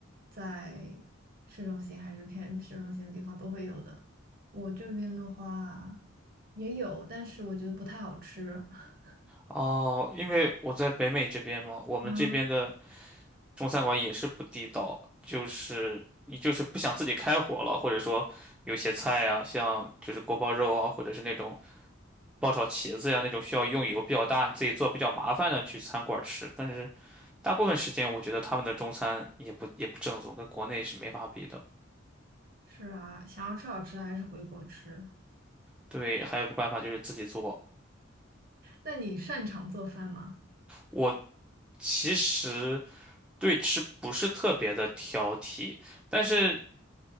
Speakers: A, on the right; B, in the centre.
A: 在市中心还是偏市中心的地方都会有的。我这边的话也有，但是我觉得不太好吃。<laughs>
B: 哦，因为我在北美这边嘛，我们这边的
A: 嗯，
B: 中餐馆也是不地道，就是你就是不想自己开火了，或者说有些菜啊，像就是锅包肉啊，或者是那种爆炒茄子呀那种需要用油比较大、你自己做比较麻烦的去餐馆吃，但是大部分时间我觉得他们的中餐也不也不正宗，跟国内是没法比的。
A: 是啊，想要吃好吃的还是回国吃。
B: 对，还有个办法就是自己做。
A: 那你擅长做饭吗？
B: 我其实对吃不是特别的挑剔，但是